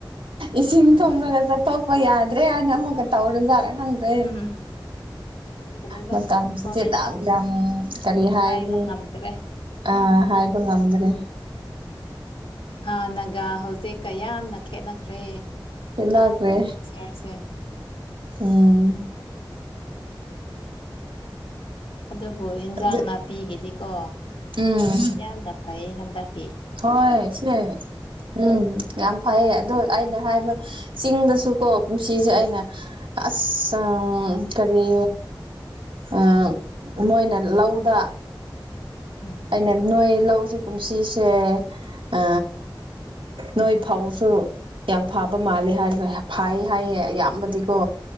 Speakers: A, on the right; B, on the left.
A: ꯏꯁꯤꯡ
B: ꯎꯝ
A: ꯊꯨꯝꯂꯒ ꯆꯠꯇꯣꯛꯄ ꯌꯥꯗ꯭ꯔꯦ ꯍꯥꯢꯅ ꯑꯃꯨꯛꯀ ꯇꯧꯔ ꯖꯥꯠꯔ ꯈꯪꯗ꯭ꯔꯦ
B: ꯎꯝ ꯈꯪꯗ꯭ꯔꯦꯗ
A: ꯃꯇꯝꯁꯤꯁꯦ
B: ꯑꯩꯈꯣꯏ
A: ꯗꯥꯛ ꯌꯥꯝ ꯀꯔꯤ ꯍꯥꯏꯅꯤ
B: ꯍꯥꯏꯕ ꯉꯝꯗ꯭ꯔꯦ
A: ꯑ ꯍꯥꯏꯕ ꯉꯝꯗ꯭ꯔꯦ
B: ꯍꯥꯥꯟꯅꯒ ꯍꯧꯖꯤꯛꯀ ꯌꯥꯝꯅ ꯈꯦꯠꯅꯈ꯭ꯔꯦ
A: ꯈꯦꯠꯅꯈ꯭ꯔꯦ
B: ꯁꯥꯔꯁꯦ
A: ꯎꯝ
B: ꯑꯗꯨꯕꯨ ꯍꯦꯟꯖꯥꯡ
A: ꯑꯗꯨ
B: ꯅꯥꯄꯤꯒꯤꯗꯤꯀꯣ
A: ꯎꯝ
B: ꯌꯥꯝꯅ ꯐꯌꯦ ꯍꯟꯗꯛ
A: ꯍꯣꯏ ꯁꯦ ꯎꯝ ꯌꯥꯝ ꯐꯌꯦ ꯑꯗꯣ ꯑꯩꯅ ꯍꯥꯏꯕ ꯆꯤꯡꯗꯁꯨꯀꯣ ꯄꯨꯟꯁꯤꯁꯦ ꯑꯩꯅ ꯑꯁ ꯎꯝ ꯀꯔꯤ ꯑ ꯃꯣꯏꯅ ꯂꯧꯗ
B: ꯎꯝ
A: ꯑꯩꯅ ꯅꯣꯏ ꯂꯧ ꯖꯨ ꯀꯨꯝꯁꯤꯁꯦ ꯑ ꯅꯣꯏ ꯐꯧꯁꯨ ꯌꯥꯝ ꯐꯥꯕ ꯃꯥꯜꯂꯦ ꯍꯥꯏꯔꯒ ꯐꯥꯌꯦ ꯍꯥꯏꯌꯦ ꯑꯌꯥꯝꯕꯗꯤꯀꯣ